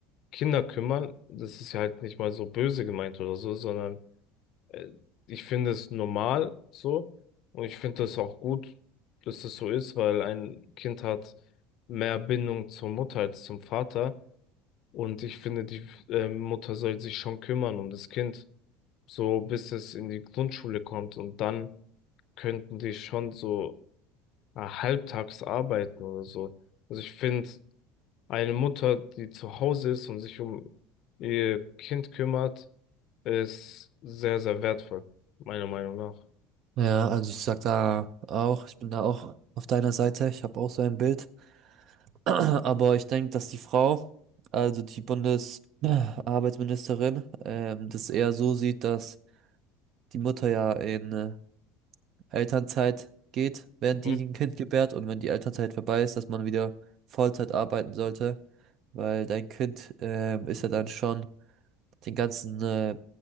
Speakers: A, on the left; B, on the right.
A: Kinder kümmern. Das ist ja halt nicht mal so böse gemeint oder so, sondern Äh, Ich finde es normal so und ich finde es auch gut, dass es so ist, weil ein Kind hat mehr Bindung zur Mutter als zum Vater und ich finde, die äh, Mutter soll sich schon kümmern um das Kind, so bis es in die Grundschule kommt und dann könnten die schon so äh, halbtags arbeiten oder so. Also ich finde, eine Mutter, die zu Hause ist und sich um ihr Kind kümmert, ist sehr, sehr wertvoll, meiner Meinung nach.
B: Ja, also ich sag da auch, ich bin da auch auf deiner Seite. Ich habe auch so ein Bild. <clears throat> Aber ich denke, dass die Frau, also die Bundesarbeitsministerin, <clears throat> ähm, das eher so sieht, dass die Mutter ja in äh, Elternzeit geht, wenn
A: Mhm.
B: die ein Kind gebärt und wenn die Elternzeit vorbei ist, dass man wieder Vollzeit arbeiten sollte, weil dein Kind ähm, ist ja dann schon den ganzen äh,